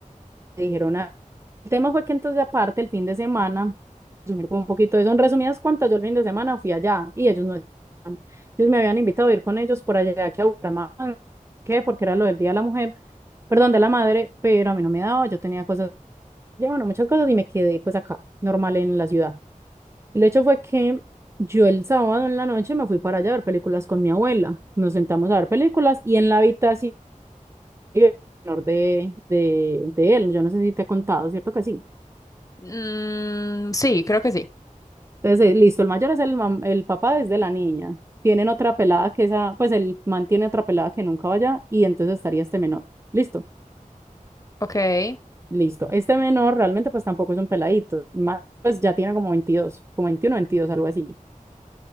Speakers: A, on the right; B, on the left.
A: me dijeron, ah, el tema fue que entonces aparte el fin de semana, resumir como un poquito de eso, en resumidas cuentas, yo el fin de semana fui allá y ellos no, ellos me habían invitado a ir con ellos por allá que a Bucaramanga, ¿qué? Porque era lo del Día de la Mujer, perdón, de la Madre, pero a mí no me daba, yo tenía cosas, ya bueno, muchas cosas y me quedé pues acá, normal en la ciudad. El hecho fue que yo el sábado en la noche me fui para allá a ver películas con mi abuela. Nos sentamos a ver películas y en la habitación menor de, de, de él, yo no sé si te he contado, ¿cierto que sí?
B: Mm, sí, creo que sí.
A: Entonces, eh, listo, el mayor es el, mam- el papá desde la niña. Tienen otra pelada que esa, pues el man tiene otra pelada que nunca vaya y entonces estaría este menor. Listo,
B: Ok.
A: listo. Este menor realmente pues tampoco es un peladito, más, pues ya tiene como 22 como 21 22 algo así.